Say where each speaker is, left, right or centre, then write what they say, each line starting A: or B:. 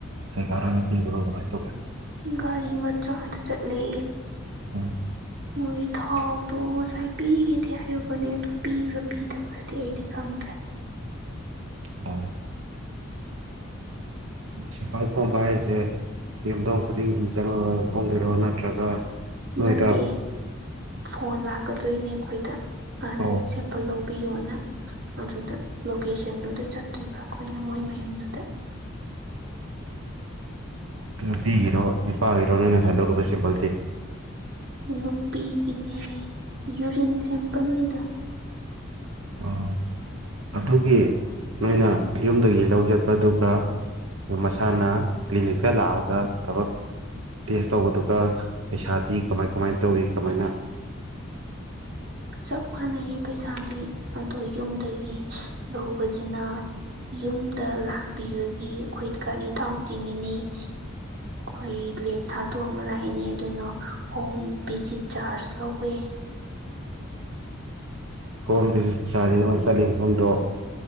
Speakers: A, on the right; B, on the right.
A: ꯀꯩꯀꯥ ꯂꯣꯏꯅ ꯄꯤꯕ꯭ꯔꯣ ꯀꯃꯥꯏꯅ ꯇꯧꯒꯦ
B: ꯒꯥꯔꯤ ꯃꯆꯥꯗ ꯆꯠꯂꯦ
A: ꯎꯝ
B: ꯃꯣꯏ ꯊꯥꯎꯗꯣ ꯉꯁꯥꯏ ꯄꯤꯒꯦꯗꯤ ꯍꯥꯏꯌꯧꯕꯅꯦ ꯑꯗꯨ ꯄꯤꯕ꯭ꯔꯥ ꯄꯤꯗꯕ꯭ꯔꯗꯤ ꯑꯩꯗꯤ ꯈꯪꯗ꯭ꯔꯦ
A: <inaudible> ꯁꯦꯝꯄꯜ ꯊꯣꯝꯕ ꯍꯥꯏꯁꯦ <inaudible> ꯌꯨꯝꯊꯣꯡ ꯈꯨꯗꯤꯡꯒꯤ ꯆꯪꯉꯒ ꯐꯣꯡꯗꯣꯏꯔꯣ ꯅꯠꯇ꯭ꯔꯒ ꯅꯣꯏꯗ
B: ꯅꯠꯇꯦ ꯐꯣꯟ ꯂꯥꯛꯀꯗꯣꯏꯅꯦ ꯑꯩꯈꯣꯏꯗ ꯍꯥꯟꯅ
A: ꯑꯣ
B: ꯂꯧꯕꯤꯌꯣꯅ ꯑꯗꯨꯗ ꯂꯣꯀꯦꯁꯟꯗꯨꯗ ꯆꯠꯇꯣꯏꯕ ꯑꯩꯈꯣꯏꯅ ꯃꯣꯏ ꯃꯌꯨꯝꯗꯨꯗ
A: ꯅꯨꯄꯤ ꯒꯤꯔꯣ ꯅꯨꯄꯥ ꯒꯤꯔꯣ ꯅꯣꯢ ꯉꯁꯥꯢ ꯂꯧꯔꯨꯕ ꯁꯦꯝꯕꯜꯗꯤ
B: ꯅꯨꯄꯤꯒꯤꯅꯦ ꯌꯨꯔꯤꯟ ꯁꯦꯝꯄꯜꯅꯤꯗ
A: ꯑꯣ ꯑꯗꯨꯒꯤ ꯅꯣꯏꯅ ꯌꯨꯝꯗꯒꯤ ꯂꯧ ꯆꯠꯄꯗꯨꯒ ꯃꯁꯥꯅ ꯀ꯭ꯂꯤꯅꯤꯛꯇ ꯂꯥꯛꯑꯒ ꯊꯕꯛ ꯇꯦꯁ ꯇꯧꯕꯗꯨꯒ ꯄꯩꯁꯥꯗꯤ ꯀꯃꯥꯏ-ꯀꯃꯥꯏꯅ ꯇꯧꯋꯤ ꯀꯃꯥꯏꯅ
B: ꯆꯞ ꯃꯥꯟꯅꯩꯌꯦ ꯄꯩꯁꯥꯗꯤ ꯑꯗꯣ ꯌꯨꯝꯗꯒꯤ ꯂꯧꯕꯁꯤꯅ ꯌꯨꯝꯗ ꯂꯥꯛꯄꯤꯕꯒꯤ ꯑꯩꯈꯣꯏ ꯒꯥꯔꯤ ꯊꯥꯎ ꯇꯤꯡꯉꯤꯅꯤ ꯑꯩꯈꯣꯏꯒꯤ ꯂꯦꯞ ꯊꯥꯗꯣꯛꯑ ꯑꯃ ꯂꯥꯛꯏꯅꯤ ꯑꯗꯨꯅ ꯍꯣꯝ ꯚꯤꯖꯤꯠ ꯆꯥꯔꯖ ꯂꯧꯋꯦ
A: ꯍꯣꯝ ꯕꯤꯖꯤꯠ ꯆꯥꯔꯁ ꯆꯠꯂꯤ ꯃꯐꯝꯗꯣ